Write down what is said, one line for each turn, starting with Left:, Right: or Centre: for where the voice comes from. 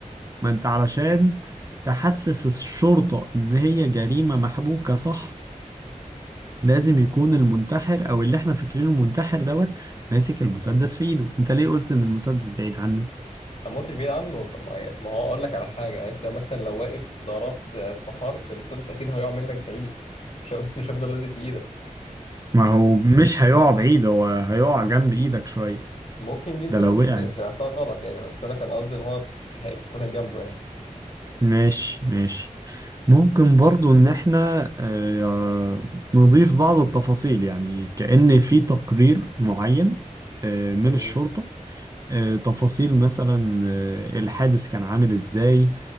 Right: ما انت علشان تحسس الشرطة ان هي جريمة محبوكة صح لازم يكون المنتحر او اللي احنا فاكرينه منتحر دوت ماسك المسدس في ايده انت ليه قلت ان المسدس بعيد عنه
Left: ما موتش بعيد عنه ما ما هو اقول لك على حاجة يعني، انت مثلا لو واقف ضربت انتحرت المسدس اكيد هيقع منك بعيد مش هف- <laughs> مش هيفضل لازق في ايدك
Right: ما هو مش هيقع بعيد هو هيقع جنب ايدك شوية
Left: ممكن دي انت
Right: ده لو
Left: كنت
Right: وقع يعني.
Left: سمعتها غلط يعني بس انا كان قصدي ان هو هيكون جنبه يعني
Right: ماشي ماشي ممكن برضو ان احنا آه، نضيف بعض التفاصيل يعني كأن في تقرير معين آه، من
Left: جميل
Right: الشرطة آه، تفاصيل مثلا آه، الحادث كان عامل ازاي